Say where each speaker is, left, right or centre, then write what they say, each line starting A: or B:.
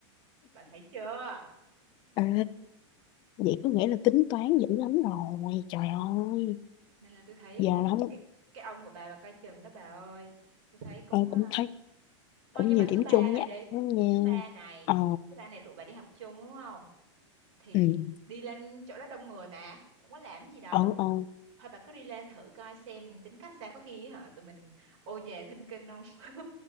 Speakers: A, on the right (about 60°); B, on the left (about 30°).
A: bà thấy chưa
B: Ê, vậy có nghĩa là tính toán dữ lắm rồi. Trời ơi,
A: nên là tôi thấy
B: giờ
A: ờ,
B: là không,
A: cái cái ông của bà bà coi chừng đó bà ơi tôi thấy cũng
B: ờ,
A: ờ,
B: cũng thấy
A: thôi
B: cũng
A: nhưng
B: nhiều
A: mà thứ
B: điểm
A: ba
B: chung
A: này
B: với
A: đi
B: anh nha.
A: thứ ba này
B: Ờ,
A: thứ ba này rủ bà đi học chung đúng không thì
B: ừ,
A: đi lên chỗ đó đông người mà cũng có làm gì đâu
B: ờ, ờ.
A: thôi bà cứ đi lên thử coi xem tính cách sao có khi hả tụi mình ô về thinh kinh không <laughs>